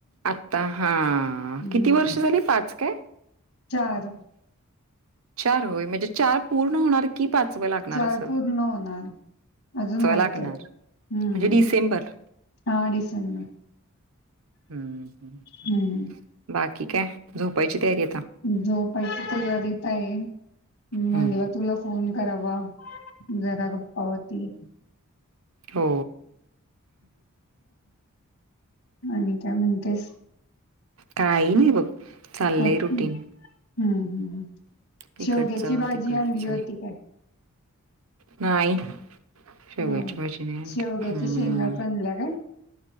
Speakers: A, on the right (about 70°); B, on the left (about 70°).
A: आत्ता हा
B: हम्म
A: किती वर्ष झाली पाच काय
B: चार
A: चार होय म्हणजे चार पूर्ण होणार की पाच व लागणार
B: चार
A: असं
B: पूर्ण होणार अजून व्हायचे
A: लागणार.
B: आहेत हम्म
A: म्हणजे डिसेंबर.
B: हा डिसेंबर
A: ह्
B: हम्म.
A: बाकी काय झोपायची तयारी आता.
B: झोपायची तयारीत आहे म्हणलं
A: हं,
B: तुला फोन करावा जरा गप्पा होती
A: हो
B: आणि त्या म्हणतेस
A: काही नाही बघ चाललंय
B: अ हम्म
A: रुटीन.
B: हम्म
A: इकडचं,
B: शेवग्याची भाजी
A: तिकडचं.
B: आणली होती काय.
A: नाही शव्याची
B: हो
A: भाजने आण
B: शेवग्याच्या
A: हम्
B: शेंगाच आणल्या काय